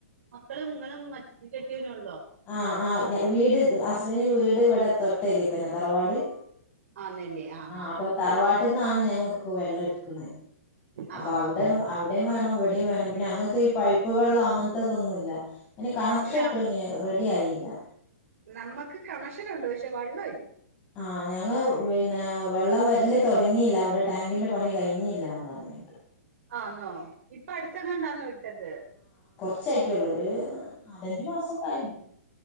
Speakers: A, on the right (about 60°); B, on the left (about 20°).
A: മക്കളും ങ്ങളും മറ്റ കെട്ടിയോനും ഉള്ളൂ
B: ആ ആ വീട് ഹസ്ബന്റെ വീട് ഇത് വടെ തൊട്ടരിത്തന്നെ തറവാട്
A: ആന്നല്ലേ
B: ആ
A: ഹാ
B: അപ്പൊ
A: ഓക്കെ
B: തറവാട്ടിന്നാണ് ഞങ്ങൾക്ക് വെള്ളം എടുക്ക്ന്നെ അപ്പൊ
A: ആ ഹാ
B: അവിടെ
A: ഹാ
B: അവിടെയും വേണം ഇവിടെയും വേണം പിന്നെ അങ്ങക്ക് ഈ പൈപ്പ് വെള്ളം അങ്ങനത്തെതൊന്നുല്ല ഇനി കണക്ഷൻ
A: ഇല്ല
B: ഇട്ട്ണ്റെഡി ആയില്ല
A: നമ്മക്ക് കണശനുണ്ട് പക്ഷെ വള്ളം ഇല്ല
B: ആ ഞങ് പിന്നെ വെള്ളം വരല് തുടങ്ങിയില്ല അവിടെ ടാങ്കിന്റെ പണി കഴിഞ്ഞല്ലാന്ന് പറഞ് ട്ട്
A: ആന്നോ ഇപ്പൊ അടുത്തങ്ങാണ്ടാന്നൊ ഇട്ടത്
B: ച്ചയായിട്ള്ളോ ഒര് നാലഞ്ചു മാസക്കായിണ്